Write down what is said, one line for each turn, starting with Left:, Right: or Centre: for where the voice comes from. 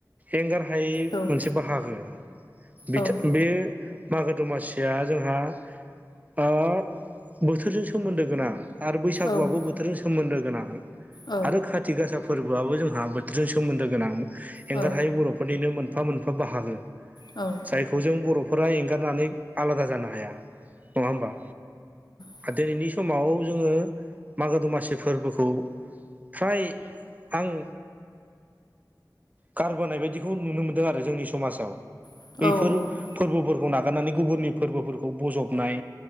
Right: एंगार हायै
Left: औ
Right: मोनसे बाहागो बेथ
Left: औ
Right: बे मागो दमासिया जोंहा ओ-बोथोरजों सोमोन्दो गोनां। आरो बैसागुआबो
Left: औ
Right: बोथोरजों सोमोन्दो गोनां
Left: औ
Right: आरो खाथि गासा फोरबोआबो जों जोंहा बोथोरजों सोमोन्दो गोनां एंगार
Left: औ
Right: हायै बरफोरनिनो मोनफा मोनफा बाहागो।
Left: औ
Right: जायखौ जों बरफोरा एंगारनानै आलादा जानो हाया नङा होमबा।
Left: औ
Right: दिनैनि समाव जोङो मागो दमासि फोरबोखौ। फ्राय आं। गारबोनाय बायदिखौ नुनो मोन्दों। आरो जोंनि समाजाव
Left: औ
Right: बैफोर। फोरबोफोरखौ नागारनानै गुबुननि फोरबोफोरखौ बजबनाय